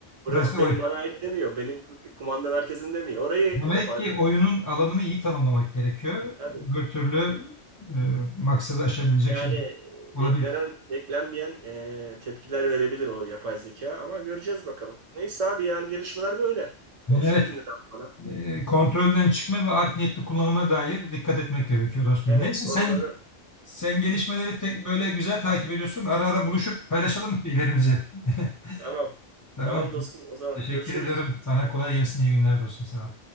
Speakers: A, on the right; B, on the left.
A: Burası
B: Burası
A: benim
B: oy.
A: bana ait demiyor. Benim kumanda merkezim demiyor. Orayı
B: Demek
A: bu defa
B: ki oyunun alanını iyi tanımlamak gerekiyor.
A: tabii.
B: Öbür türlü e, maksadı aşabilecek
A: Yani
B: şey
A: e,
B: olabilir.
A: beklenen beklenmeyen e, tepkiler verebilir o yapay zeka ama göreceğiz bakalım. Neyse abi yani gelişmeler böyle. Konuşuruz
B: Evet.
A: yine daha sonra.
B: e, kontrolden çıkma ve art niyetli kullanıma dair dikkat etmek gerekiyor dostum.
A: Evet
B: Neyse
A: oraları
B: sen sen gelişmeleri tek, böyle güzel takip ediyorsun. Ara ara buluşup paylaşalım şeylerimizi. <laughs>
A: tamam.
B: Tamam.
A: Tamam dostum o zaman
B: Teşekkür
A: görüşürüz.
B: ediyorum. Sana kolay gelsin. İyi günler dostum. Sağ ol.